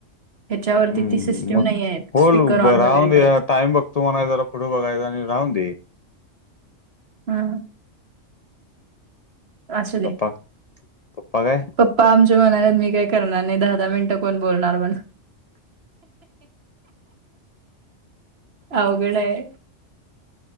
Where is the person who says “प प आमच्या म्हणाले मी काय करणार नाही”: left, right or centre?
Right